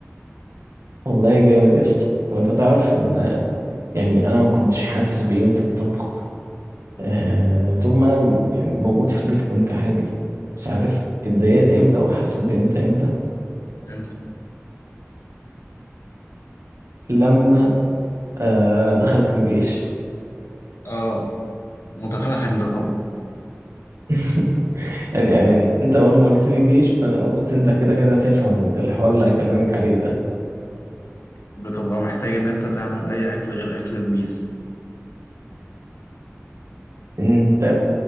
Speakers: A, on the right; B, on the left.
A: والله جامد يا اسطى طب أنت تعرف إن يعني أنا ما كنتش حاسس بقيمة الطبخ آه، طول ما انا يعني موجود في البيت كنت عادي مش عارف اتضايقت امتى او حسيت بقيمتها امتى
B: فهمت؟
A: لما آه، دخلت الجيش
B: اه متفهم ده طبعا
A: <laughs> يعني يعني انت اول ما قلت لي الجيش فانا قلت انت كده كده هتفهم ال- الحوار اللي هكلمك عليه ده
B: بتبقى محتاج إن أنت تعمل أي أكل غير أكل الميز
A: انت